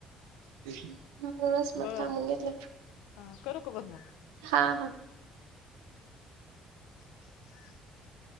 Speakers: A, on the right; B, on the left.
A: <unintelligible> मग
B: बरं
A: थांबून घेतलं.
B: हा करू का बन.
A: हा हा
B: <inaudible>